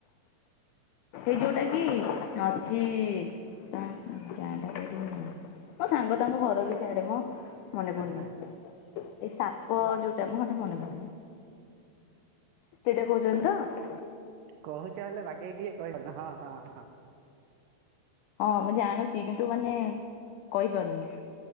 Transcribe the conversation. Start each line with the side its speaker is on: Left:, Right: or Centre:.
Left: ଏଇ ଯୋଉଟା କି ଅଛି <unintelligible> ମୋ ସାଙ୍ଗ ତାଙ୍କ ଘର ବି ସିଆଡେ ମଁ ମନେ ପଡୁନି।
Right: ହେଲା
Left: ଏଇ ସାପ ଯୋଉଟା ମଁ <inaudible> ମନେ ପଡୁନୀ। ସେଇଟା କହୁଛନ୍ତି ତ?
Right: କହୁଛ ହେଲେ ବାଗେଇ ଟିକେ କହିପାରୁନ ହଁ-ହଁ-ହଁ।
Left: ହଁ ମୁଁ ଜାଣୁଛି କିନ୍ତୁ ମାନେ କହିପାରୁନି।